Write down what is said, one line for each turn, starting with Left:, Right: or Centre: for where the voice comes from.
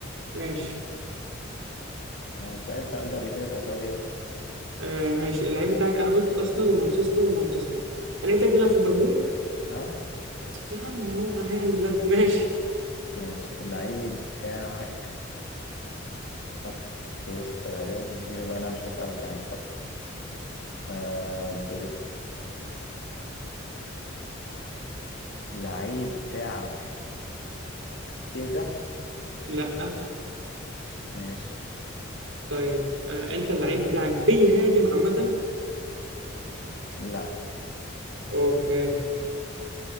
Right: ماشي
Left: آه، انت سألت السؤال ده قبل كده اسأل سؤال غيره
Right: آه ماشي اللعيب بتاعك انا قلت ارسنال ومانشستر ومانشستر اللعيب بتاعك بيلعب في ليفربول؟
Left: اه
Right: يا عم هو انا هنا من بدري ماشي
Left: ماشي اللعيب بتاعك خط وسط غالبا بيجيب أجوان. انا مش بسألك يعني بفكر آه، لعيب بتاعك كيزا
Right: لا
Left: ماشي
Right: طيب آه انت اللعيب بتاعك بيهاجم عامة
Left: لا
Right: اوكي